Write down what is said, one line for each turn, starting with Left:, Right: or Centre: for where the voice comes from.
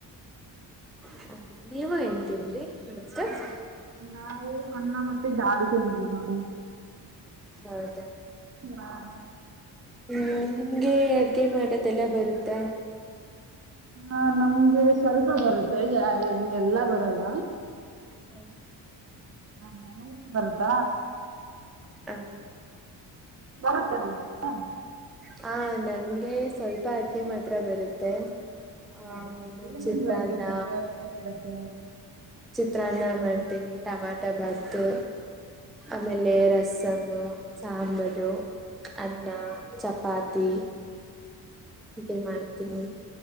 Centre: ಹ ನೀವು ಏನ್ ತಿಂದ್ರಿ <unintelligible>
Right: ನಾವು ಅನ್ನ ಮತ್ತೆ ದಾಲ್ ತಿನ್ವಿ ನೋಡಿ.
Centre: ಹೈ
Right: ವಾ
Centre: ಹ್ಮ್ ನಿಮ್ಗೆ ಅಡ್ಗೆ ಮಾಡೋದೆಲ್ಲ ಬರುತ್ತ.
Right: ಹಾ ನಮ್ಗೆ ಸ್ವಲ್ಪ ಬರುತ್ತೆ ಜಾ ಯ ಏನ್ ಎಲ್ಲಾ ಬರಲ್ಲ.
Centre: ಹ
Right: ಹಾ ನಮಿಗ್ ಬರುತ್ತ.
Centre: ಹ
Right: ಬರುತ್ತ ನಿಮ್ಗೆ.
Centre: ಹ ನನ್ಗೆ ಸ್ವಲ್ಪ ಅಡ್ಗೆ ಮಾತ್ರ ಬರುತ್ತೆ. ಹಾ
Right: ಹೌದಾ ಏನೇನ್
Centre: ಚಿತ್ರಾನ್ನ.
Right: ಬರುತ್ತೆ ನಿಮ್ಗೆ ಅಡ್ಗೆ ಮಾಡಕ್ಕೆ
Centre: ಚಿತ್ರಾನ್ನ ಮಾಡ್ತೀನಿ ಟಮಾಟ ಬಾತು. ಆಮೇಲೆ ರಸಮ ಸಾಂಬಾರು ಅನ್ನ ಚಪಾತಿ ತಿ ಇದೇ ಮಾಡ್ತೀನಿ